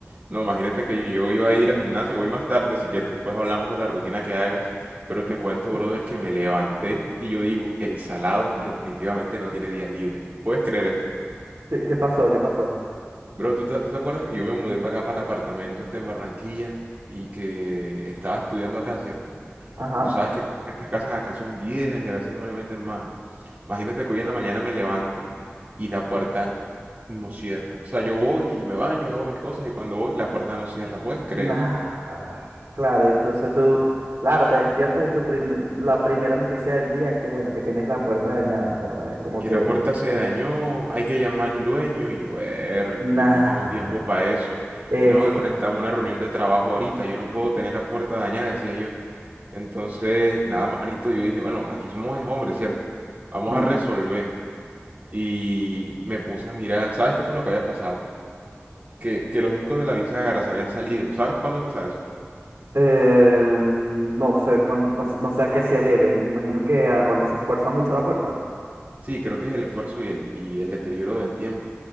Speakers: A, on the right (about 35°); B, on the right (about 70°).
A: No, imagínate que yo iba a ir al gimnasio, voy más tarde, si quieres después hablamos de la rutina que hagas, pero te cuento,
B: ¿Eh?
A: brother, que me levanté y yo digo, el salado definitivamente no tiene día libre. ¿Puedes creer eso?
B: ¿Qué, qué pasó? ¿Qué pasó?
A: Bro, ¿tú te, tú te acuerdas que yo me mudé para acá, para el apartamento este en Barranquilla y que estaba estudiando acá, ¿cierto?
B: Ajá.
A: Y tú sabes que estas casas acá son viejas y a veces no le meten mano. Imagínate que hoy en la mañana me levanto y la puerta no cierra. O sea, yo voy y me baño, hago mis cosas y cuando voy la puerta no cierra. ¿Puedes creer
B: Nah,
A: eso?
B: guara. Claro, entonces tú, claro, te despiertas y tu prim- la primera noticia del día es que, bueno, que tienes la puerta dañada, O sea, es Como
A: Que
B: que,
A: la puerta se dañó, hay que llamar al dueño. Y yo, Hércules,
B: nah,
A: yo no tengo tiempo
B: guara.
A: para eso.
B: Eso.
A: Yo tengo que conectarme a una reunión de trabajo ahorita. Yo no puedo tener la puerta dañada, decía yo. Entonces, nada, manito, yo dije, bueno, aquí somos es hombres, ¿cierto? Vamos
B: Mm.
A: a resolver. y me puse a mirar, ¿sabes qué fue lo que había pasado? Que, que los discos de la bisagra se habían salido. ¿Sabes cuándo pasa eso?
B: Eh, no sé, cuán- no, no sé a qué se debe. Me imagino que a cuando se fuerza mucho la puerta.
A: Sí, creo que es el esfuerzo y el, y el deterioro del tiempo.